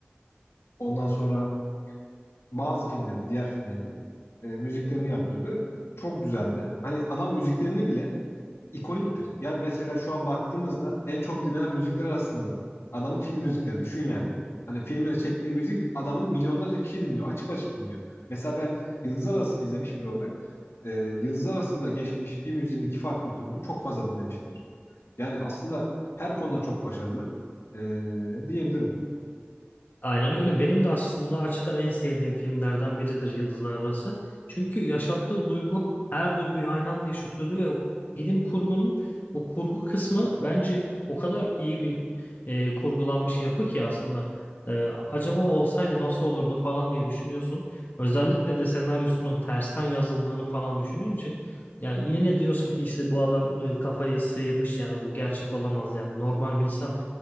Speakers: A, on the left; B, on the left.
A: Ondan sonra bazı filmlerin, diğer filmlerinin e, müziklerini yaptırdı. Çok güzeldi. Hani adam müziklerini bile ikoniktir. Yani mesela şu an baktığımızda en çok dinlenen müzikler arasındadır. Adamın film müzikleri düşün yani. Hani filmle çektiği müzik adamın milyonlarca kişi dinliyor. Açıp açıp dinliyor. Mesela ben Yıldızlar Arası'nı izlemiş biri olarak e, Yıldızlar Arası'nda geçmiş bir müziğin iki farklı türünü çok fazla dinlemişimdir. Yani aslında her konuda çok başarılı e, diyebilirim.
B: Aynen öyle. Benim de aslında açık ara en sevdiğim filmlerden biridir Yıldızlar Arası. Çünkü yaşattığı duygu her duyguyu aynı anda yaşatıyordu ve o bilim kurgunun o kurgu kısmı bence o kadar iyi bir e, kurgulanmış yapı ki aslında e, acaba olsaydı nasıl olurdu falan diye düşünüyorsun. Özellikle de senaryosunun tersten yazıldığını falan düşününce yani yine diyorsun ki işte bu adam e, kafayı sıyırmış yani bu gerçek olamaz yani normal bir insan